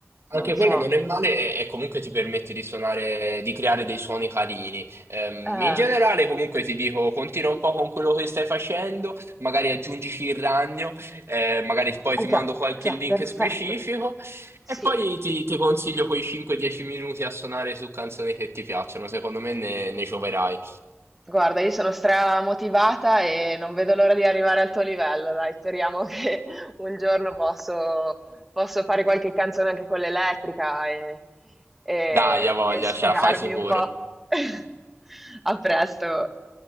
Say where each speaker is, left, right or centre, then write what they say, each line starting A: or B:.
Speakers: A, in the centre; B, on the right.
A: Non
B: anche
A: so.
B: quella non è male e comunque ti permette di suonare, di creare dei suoni carini. Ehm,
A: Eh,
B: in generale, comunque ti dico, continua un po' con quello che stai facendo, magari aggiungici il ragno, eh, magari poi
A: ah
B: ti
A: già,
B: mando qualche
A: già,
B: link
A: perfetto.
B: specifico
A: Sì,
B: e poi ti, ti consiglio quei 5-10 minuti a suonare su canzoni che ti piacciono. Secondo me ne, ne gioverai.
A: Guarda, io sono stramotivata e non vedo l'ora di arrivare al tuo livello, dai, speriamo che <laughs> un giorno posso, posso fare qualche canzone anche con l'elettrica e, e-
B: Dai, a voglia,
A: e sfogarmi
B: ce la fai sicuro.
A: un po'. <laughs> A presto.